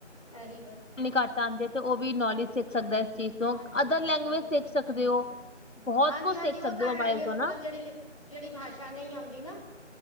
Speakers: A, on the left; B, on the left.
A: ਇਹੀ ਵਾਰੀ
B: ਘੱਟ ਆਉਂਦੀ ਹੈ ਤੇ ਉਹ ਵੀ ਨੌਲੇਜ ਸਿੱਖ ਸਕਦੈ, ਇਸ ਚੀਜ਼ ਤੋਂ,
A: ਹਾਂਜੀ
B: ਅਦਰ
A: ਕੁਛ
B: ਲੈਂਗਵੇਜ
A: ਨਾ ਕੁਛ ਸਿੱਖਣੇ
B: ਸਿੱਖ ਸਕਦੇ
A: ਨੂੰ ਮਿਲਦਾ
B: ਓ। ਬਹੁਤ
A: ਹਾਂਜੀ
B: ਕੁਝ
A: ਹਾਂਜੀ
B: ਸਿੱਖ
A: ਉਹ
B: ਸਕਦੇ
A: ਤਾਂ
B: ਓ, ਮੋਬਾਇਲ
A: ਹੈ ਹੀ ਹੈ
B: ਤੋਂ ਨਾ।
A: ਮਤਲਬ, ਜਿਹੜੀ, ਜਿਹੜੀ ਭਾਸ਼ਾ ਨਹੀਂ ਆਉਂਦੀ ਨਾ?